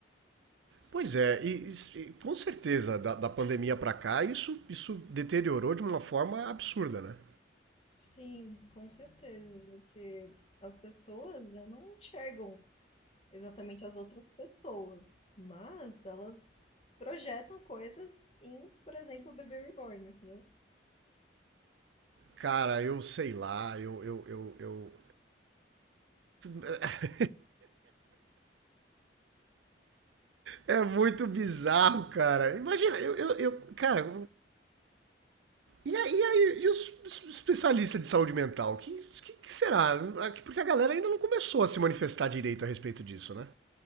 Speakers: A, on the right; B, on the left.
A: Pois é, e, e com certeza, da, da pandemia para cá, isso, isso deteriorou de uma forma absurda, né?
B: Sim, com certeza, porque as pessoas já não enxergam exatamente as outras pessoas, mas elas projetam coisas em, por exemplo, o bebê reborn, entendeu?
A: Cara, eu sei lá, eu, eu, eu, eu- É é muito bizarro, cara. Imagina, eu, eu, eu- cara, e aí, e aí- e os especialistas de saúde mental? O Que, que, que será? Porque a galera ainda não começou a se manifestar direito a respeito disso, né?